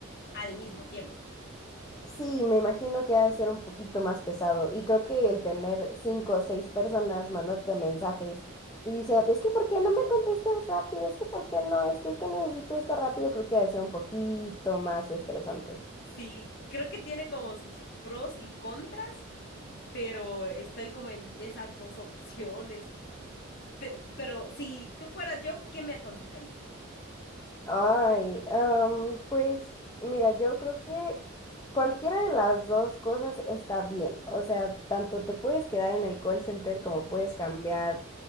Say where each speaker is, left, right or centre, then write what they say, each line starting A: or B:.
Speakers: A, on the left; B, on the left.
A: al mismo tiempo.
B: sí, me imagino que ha de ser un poquito más pesado. Y creo que el tener cinco o seis personas mandándote mensajes y diciéndote, es que ¿por qué no me contestas rápido? Es que ¿por qué no? Esto es que necesito esto rápido, creo que ha de ser un poquito más estresante.
A: Sí, creo que tiene como sus pros y contras, pero estoy como en esas dos opciones. Pe- pero si tú fueras yo, ¿qué me aconsejarías?
B: Ay, am, pues mira, yo creo que cualquiera de las dos cosas está bien. O sea, tanto te puedes quedar en el call center como puedes cambiar